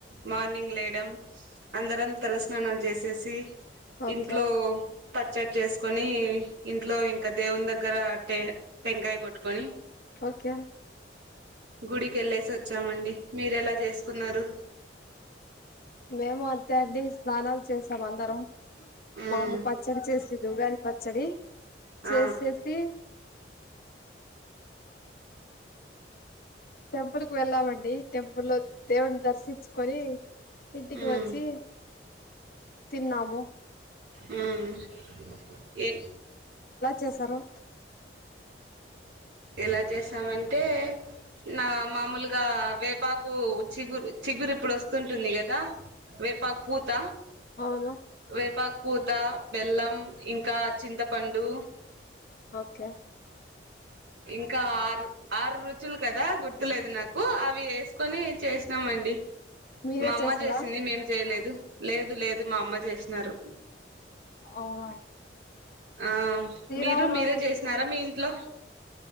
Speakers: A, on the right; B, on the left.
A: మార్నింగ్ లేయడం అందరం తలస్నానాలు చేసేసి
B: ఓకే
A: ఇంట్లో పచ్చడి చేసి కొని ఇంట్లో ఇంకా దేవుని దగ్గర ట టెంకాయ కొట్టుకొని
B: ఓకే
A: గుడికిెళ్ళేసి వచ్చామండి మీర ఎలా చేసుకున్నారు
B: మేము అంతే అండి స్నానాలు చేసాం అందరం
A: ఉమ్
B: మా అమ్మ పచ్చడి చేసేది ఉగా పచ్చడి
A: ఆ
B: చేసేసి టెంపుల్ కి వెళ్ళామండి టెంపుల్ లో దేవుని దర్శించుకొని ఇంటికి
A: ఉమ్
B: వచ్చి తిన్నాము
A: హ్మ్ ఏ
B: చేసారు
A: ఎలా చేసామంటే నా మామూలుగా వేపాకు చిగురు చిగురు ఇప్పుడు వస్తుంటుంది కదా వేపాకు పూత
B: అవును
A: వేపాకు పూత బెల్లం ఇంకా చింతపండు
B: ఓకే
A: ఇంకా ఆరు ఆరు రుచులు కదా గుర్తులేదు నాకు అవి ఎసుకోని చేసినామండి
B: మీరే
A: మా అమ్మ
B: చేసారా
A: చేసింది మేం చేయలేదు లేదు లేదు ఇది మా అమ్మ చేసినారు
B: అవునా
A: ఆ
B: శ్రీరామనవమి
A: మీరు మీరే చేసినారా మీ ఇంట్లో